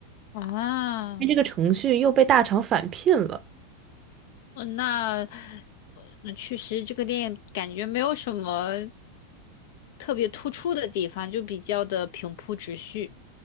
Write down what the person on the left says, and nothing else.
啊，
呃那呃那确实这个电影感觉没有什么特别突出的地方，就比较的平铺直叙。